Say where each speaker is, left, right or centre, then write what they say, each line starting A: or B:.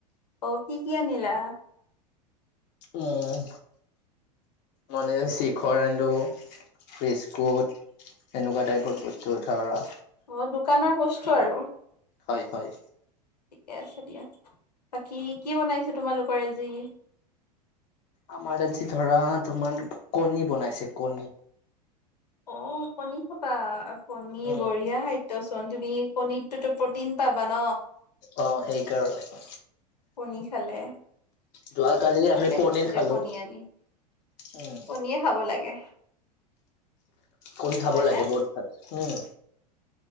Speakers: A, on the left; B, on the left.
A: অ', কি কি আনিলা?
B: উম মানে শিখৰ আনিলোঁ, বিস্কুট এনেকুৱা টাইপৰ বস্তু ধৰা
A: অ দোকানৰ বস্তু আৰু
B: হয় হয়
A: ঠিকে আছে দিয়া বাকী কি বনাইছে তোমালোকৰ আজি
B: আমাৰ আজি ধৰা তোমাৰ কণী বনাইছে কণী।
A: অ কণী খাবা কণী
B: উম।
A: বঢ়িয়া খাদ্য। তুমি কণী টোত টৌ প্ৰ'টিন পাবা ন।
B: অ সেইকাৰণে
A: কণী খালে
B: যোৱাকালি
A: ভালেই
B: আমি পনিৰ
A: পিছে দিয়া
B: খালো
A: কণী আনি
B: উম।
A: কণীয়ে খাব লাগে।
B: কণী
A: নহয়
B: খাব লাগে
A: নে?
B: বহুত ভাল উম।